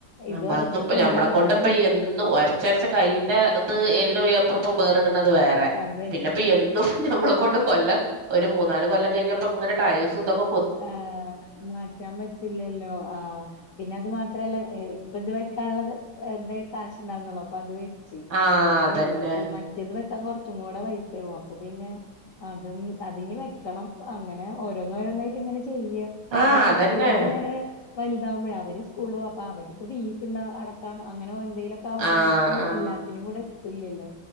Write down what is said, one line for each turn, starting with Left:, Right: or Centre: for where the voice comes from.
Left: ഇതൊരച്ചിട്ട്
Right: നമ്മൾക്ക ഇപ്പ ഞമ്മളെ
Left: എന്താ നമ്മളിങ്ങനെ
Right: കൊണ്ട് ഇപ്പ എന്നും ഒരച്ചരച്ച കൈയിന്റെ ഇത് എല്ലു <unintelligible> വേറിട്ണത് വേറേ
Left: അതെ <unintelligible>
Right: എന്നും നമ്മളെ കൊണ്ട് കൊല്ലം ഒരു മൂന്നാല് കൊല്ലം കഴിഞ്ഞപ്പോ ഇങ്ങനെ ടയേസുംതൊക്കെ.
Left: ആഹ് മാറ്റാൻ പറ്റില്ലല്ലോ ആഹ് പിന്നെ അത് മാത്ര അത്രല്ല ഇപ്പ ഇത് വെക്കാനുള്ളത് കാശ്ണങ്ങള്ളോ അപ്പൊ അത്. ച്ച്
Right: ആഹ്
Left: ഇനി
Right: അതന്നെ
Left: മറ്റേത് വെക്കാ കൊറച്ചും കൂടെ പൈസയാവും അപ്പൊ പിന്നെ അതും അതിന് വെക്കണം അങ്ങനെ ഓരോന്ന് ഓരോന്നായിട്ട് ഇങ്ങനെ ചെയ്യ.
Right: ആഹ്
Left: പിന്നെ കുട്ടികൾ
Right: അതന്നെ
Left: ഇങ്ങനേ വലുതാവു ബഴേ അവര് സ്കൂൾപോ അപ്പ അവര്ക്ക് ഫീസ് ഇണ്ട് അട കണം അങ്ങനെ എന്തേലുക്കെ ആകുമ്പോ
Right: ആഹ്
Left: നമുക്ക്
Right: ആഹ്
Left: എല്ലാത്തിനും കൂടെ എത്തല്ലല്ലോ.